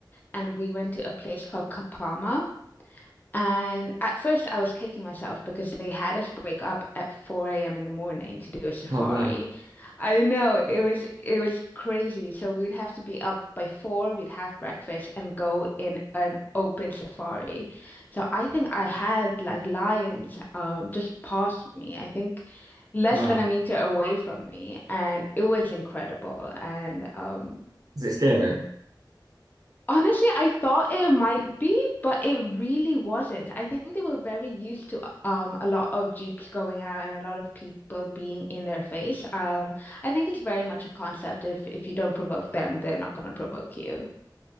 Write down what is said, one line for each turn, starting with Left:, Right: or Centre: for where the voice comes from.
Left: and we went to a place called Kapama and at first, I was kicking myself because they had us wake up at 4 a.m. in the morning to do a safari.
Right: oh wow
Left: I know it was it was crazy. So we'd have to be up by four, we'd have breakfast and go in an open safari. So I think I had like lions um just past me. I think less
Right: wow.
Left: than a meter away from me, and it was incredible. And um
Right: Is it scary?
Left: Honestly, I thought it might be, but it really wasn't. I think they were very used to um a lot of Jeeps going out and a lot of people being in their face. Um, I think it's very much a concept if if you don't provoke them, they're not going to provoke you.